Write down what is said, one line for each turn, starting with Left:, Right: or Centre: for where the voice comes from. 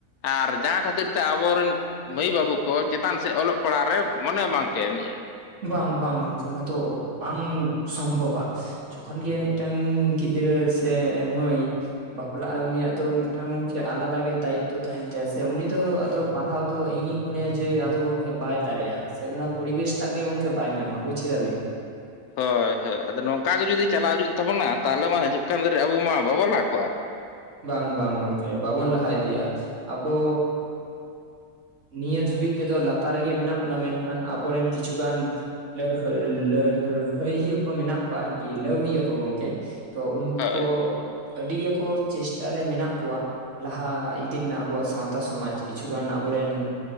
Left: ᱟᱨ ᱡᱟᱦᱟᱸ ᱠᱷᱟᱹᱛᱤᱨ ᱪᱟ ᱟᱵᱚᱨᱮᱱ ᱢᱟᱹᱭ ᱵᱟᱹᱵᱩ ᱠᱚ ᱪᱮᱛᱟᱱ ᱥᱮᱜ ᱚᱞᱚᱜ ᱯᱟᱲᱦᱟᱜ ᱨᱮ ᱢᱚᱱᱮ ᱵᱟᱝ ᱠᱮ ᱮᱢᱮᱜᱼᱟ᱾
Right: ᱵᱟᱝ ᱵᱟᱝ <unintelligible> ᱫᱚ ᱵᱟᱝ ᱥᱚᱢᱵᱷᱚᱵᱟ ᱡᱚᱠᱷᱚᱱ ᱜᱮ ᱢᱤᱜᱴᱟᱝ ᱜᱤᱫᱽᱨᱟᱹ ᱥᱮ ᱢᱟᱹᱭ ᱵᱟᱯᱞᱟᱜᱟᱭ ᱩᱱᱤᱭᱟᱜ ᱫᱚ ᱢᱤᱫᱴᱟᱝ ᱪᱮ ᱟᱞᱟᱫᱟ ᱜᱮ ᱫᱟᱭᱤᱛᱛᱚ ᱛᱟᱦᱮᱱ ᱛᱟᱭᱟ ᱥᱮ ᱩᱱᱤ ᱫᱚ ᱟᱫᱚ ᱯᱟᱲᱦᱟᱣ ᱫᱚ ᱤᱧᱤᱧ ᱢᱚᱱᱮᱭᱟ ᱡᱮ ᱟᱫᱚ ᱜᱚᱝᱠᱮ ᱵᱟᱭ ᱫᱟᱲᱮᱭᱟᱜᱼᱟ ᱥᱮ ᱚᱱᱟ ᱯᱚᱨᱤᱵᱮᱥ ᱴᱟᱜ ᱜᱮ ᱜᱚᱝᱠᱮ ᱵᱟᱭ ᱧᱟᱢᱟ ᱵᱩᱡ ᱠᱮᱫᱟ ᱵᱤᱱ
Left: ᱦᱳᱭ ᱦᱳᱭ ᱟᱫᱚ ᱱᱚᱝᱠᱟ ᱜᱮ ᱡᱩᱫᱤ ᱪᱟᱞᱟᱣ ᱦᱤᱡᱩᱜ ᱛᱟᱵᱚᱱᱟ ᱛᱟᱦᱚᱞᱮ ᱢᱟ ᱦᱟᱡᱩᱜ ᱠᱷᱟᱱ ᱫᱤᱱ ᱨᱮ ᱟᱵᱚ ᱢᱟ ᱵᱟᱵᱚᱱ ᱞᱟᱦᱟ ᱠᱚᱜᱼᱟ᱾
Right: ᱵᱟᱝ ᱵᱟᱝ ᱜᱚᱝᱠᱮ ᱵᱟᱵᱚᱱ ᱞᱟᱦᱟ ᱤᱫᱤᱭᱟ ᱟᱵᱚ ᱱᱤᱭᱟᱹ ᱫᱷᱟᱹᱵᱤᱡ ᱛᱮᱫᱚ ᱞᱟᱛᱟᱨ ᱨᱮᱜᱮ ᱢᱮᱱᱟᱜ ᱵᱚᱱᱟ ᱢᱮᱱᱠᱷᱟᱱ ᱟᱵᱚᱨᱮᱱ ᱠᱤᱪᱷᱩ ᱜᱟᱱ ᱞᱟᱹᱲᱦᱟᱹᱭ ᱞᱟᱹᱨᱦᱟᱹᱭᱤᱭᱟᱹ ᱠᱚ ᱢᱮᱱᱟᱜ ᱠᱚᱣᱟ ᱟᱨᱠᱤ ᱞᱟᱹᱣᱲᱤᱭᱟᱹ ᱠᱚ ᱜᱚᱝᱠᱮ᱾ ᱛᱚ ᱩᱱᱠᱩ
Left: ᱦᱳᱭ
Right: ᱠᱚ ᱟᱹᱰᱤ ᱜᱮᱠᱚ ᱪᱮᱥᱴᱟ ᱨᱮ ᱢᱮᱱᱟᱜ ᱠᱚᱣᱟ ᱞᱟᱦᱟ ᱤᱫᱤ ᱱᱟᱜ ᱟᱵᱚᱣᱟᱜ ᱥᱟᱶᱛᱟ ᱥᱚᱢᱟᱡᱽ ᱠᱤᱪᱷᱩᱜᱟᱱ ᱟᱵᱚᱨᱮᱱ